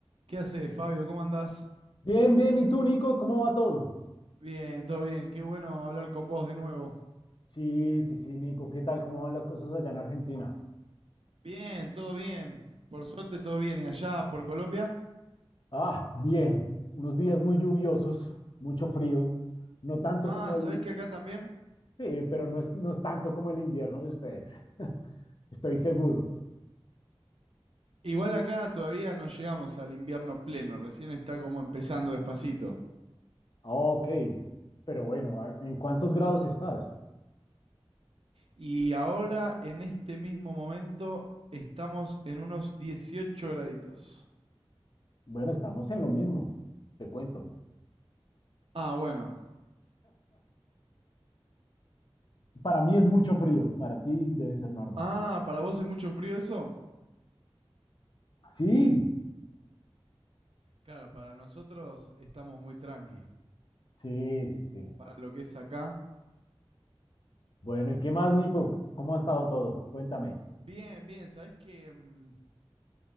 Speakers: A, on the right; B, on the left.
A: ¿Qué haces, Fabio? ¿Cómo andás?
B: Bien, bien. ¿Y tú, Nico? ¿Cómo va todo?
A: Bien, todo bien. Qué bueno hablar con vos de nuevo.
B: Sí, sí, sí, Nico. ¿Qué tal? ¿Cómo van las cosas allá en Argentina?
A: Bien, todo bien. Por suerte, todo bien. ¿Y allá por Colombia?
B: Ah, bien. Unos días muy lluviosos, mucho frío. No tanto
A: Ah,
B: como el...
A: ¿sabés que acá también?
B: Sí, pero no es, no es tanto como el invierno de ustedes. Estoy seguro.
A: Igual acá todavía no llegamos al invierno pleno, recién está como empezando despacito.
B: Ah, Ok. Pero bueno, ¿a- ¿en cuántos grados estás?
A: Y ahora, en este mismo momento, estamos en unos 18 graditos.
B: Bueno, estamos en lo mismo. Te cuento.
A: Ah, bueno.
B: Para mí es mucho frío. Para ti debe ser normal.
A: Ah, ¿para vos es mucho frío eso?
B: Sí,
A: Claro, para nosotros estamos muy tranqui.
B: sí, sí, sí.
A: Para lo que es acá.
B: Bueno, ¿y qué más, Nico? ¿Cómo ha estado todo? Cuéntame.
A: Bien, bien, ¿sabés que mm,